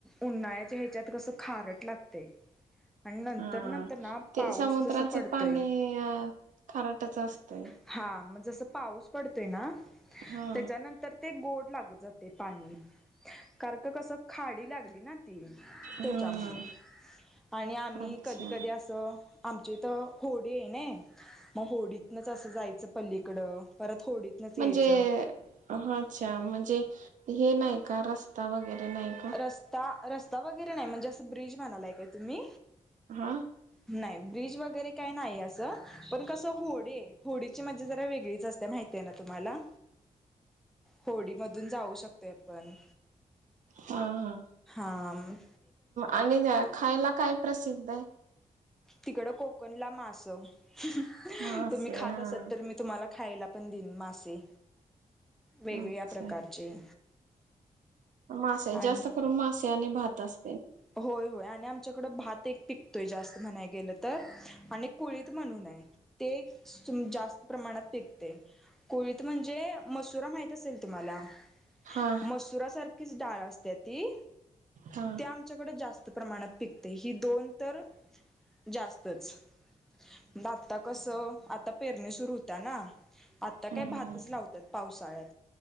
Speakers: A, in the centre; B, on the right.
A: उन्हाळ्याच्या ह्याच्यात कसं खारट लागतंय. आणि नंतर
B: हा.
A: नंतर ना
B: ते
A: पाऊस
B: समुद्राचं
A: जसा पडतोय.
B: पाणी अ खाराटच असतंय.
A: हा मग जसं पाऊस पडतोय ना
B: हा
A: त्याच्यानंतर ते गोड लागत जातय. ते पाणी, कारण का कसं खाडी लागली ना ती त्याच्यामुळं.
B: हा
A: आणि आम्ही
B: अच्छा
A: कधी कधी असं, आमची तर होडी आहे ने. मग होडीतनच असं जायचं पलीकड परत. होडीतनच
B: म्हणजे
A: यायचं
B: अच्छा म्हणजे हे नाही का रस्ता वगैरे. नाही का?
A: रस्ता रस्ता वगैरे नाही म्हणजे असं ब्रिज म्हणायलाय काय तुम्ही?
B: हा
A: नाही ब्रिज वगैरे काय नाही अस पण कस होडीये होडीची म्हणजे जरा वेगळीच असते, माहिती आहे ना तुम्हाला. होडीमधून जाऊ शकते आपण.
B: हा हा.
A: आम
B: आणि खायला काय प्रसिद्ध हाय?
A: तिकड कोकणला मास, हहह
B: मासे
A: तुम्ही खात
B: हा.
A: असत तर मी तुम्हाला. खायला पण दिन मासे, वेगवेगळ्या
B: अच्छा
A: प्रकारचे.
B: मासे,
A: आणि
B: जास्त करून मासे आणि भात अस
A: होय होय आणि आमच्या. ईकड भात एक पिकतोय जास्त म्हणाया गेल तर, आणि कुळीत म्हणून ते एक सु जास्त प्रमाणात पिकतेय. कुळीथ म्हणजे मसुरा माहित असेल तुम्हाला,
B: हा
A: मसुरा सारख! डाळ असते ती,
B: हा.
A: ती आमच्याकडे जास्त प्रमाणात पिकतयं हि दोन. ऊन तर जास्तच दाता कस आता. पेरणे सुरू होता ना, आता
B: हम्म
A: काय भातच
B: हम्म
A: लावतात पावसाळ्यात.